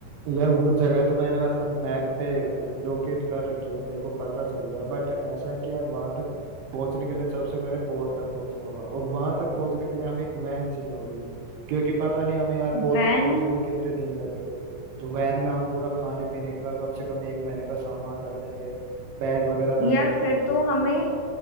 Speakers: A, on the right; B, on the left.
A: यार वो जगह तो मैंने मतलब मैप पे लोकेट कर रखी है मेरे को पता चल गया बट ऐसा है कि यार वहां तक पहुंचने के लिए सबसे पहले पोर्ट तक पहुंचना होगा और वहां तक पहुंचने के लिए हमें एक वैन चाहिए होगी क्योंकि पता नहीं हमें यार पोर्ट
B: वैन
A: तक पहुंचने में कितने दिन लगेंगे तो वैन में हम पूरा खाने पीने का कम से कम एक महीने का सामान रख लेंगे बेड वगैरह रख
B: यार
A: लेंगे
B: फिर तो हमें